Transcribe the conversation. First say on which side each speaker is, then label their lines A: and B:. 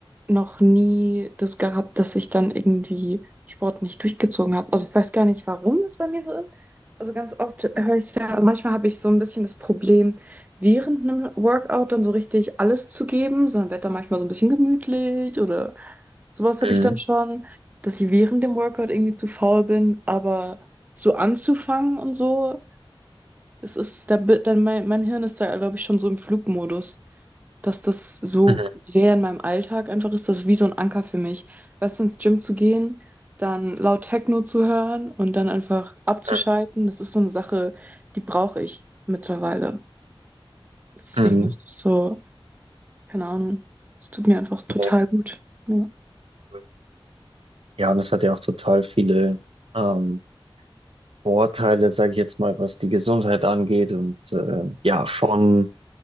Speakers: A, on the right; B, on the right.
A: noch nie das gehabt, dass ich dann irgendwie Sport nicht durchgezogen habe. Also ich weiß gar nicht, warum das bei mir so ist. Also ganz oft höre ich ja, also manchmal habe ich so ein bisschen das Problem, während einem Workout dann so richtig alles zu geben, sondern werde dann manchmal so ein bisschen gemütlich oder sowas habe
B: Mhm.
A: ich dann schon, dass ich während dem Workout irgendwie zu faul bin, aber so anzufangen und so, das ist, da, bi- dann mein, mein Hirn ist da, glaube ich, schon so im Flugmodus dass das so
B: Mhm.
A: sehr in meinem Alltag einfach ist, das ist wie so ein Anker für mich. Weißt du, ins Gym zu gehen, dann laut Techno zu hören und dann einfach abzuschalten,
B: Mhm.
A: das ist so eine Sache, die brauche ich mittlerweile. Deswegen
B: Mhm.
A: ist es so, keine Ahnung, es tut mir einfach total
B: Nee,
A: gut. Ja,
B: cool. Ja, und es hat ja auch total viele ähm, Vorteile, sage ich jetzt mal, was die Gesundheit angeht. Und äh, ja, von,